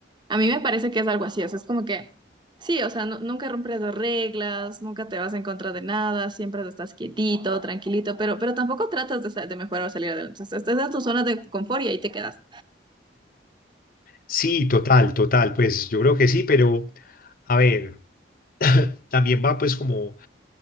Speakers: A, on the right; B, on the left.
A: A mí me parece que es algo así, o sea, es como que, sí, o sea, nu- nunca rompes las reglas, nunca te vas en contra de nada, siempre estás quietito, tranquilito, pero, pero tampoco tratas de, sa- de mejorar o salir adelante. O sea, estás en tu zona de confort y ahí te quedas.
B: Sí, total, total, pues yo creo que sí, pero a ver, también va pues como